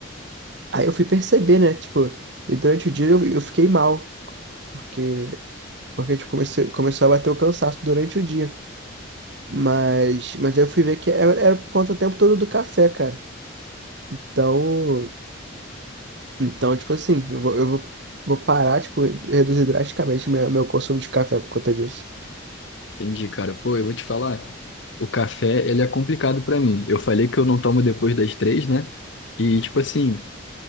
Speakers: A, on the right (about 55°); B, on the left (about 65°).
A: Aí eu fui perceber, né, tipo, e durante o dia eu, eu fiquei mal, porque, porque, tipo, comecei, começou a bater o cansaço durante o dia. Mas, mas aí eu fui ver que era, era por conta o tempo todo do café, cara. Então, então, tipo assim, eu vou, eu vou, vou parar, tipo, reduzir drasticamente meu, meu consumo de café por conta disso.
B: Entendi, cara. Pô, eu vou te falar, o café, ele é complicado pra mim. Eu falei que eu não tomo depois das três, né? E, tipo assim,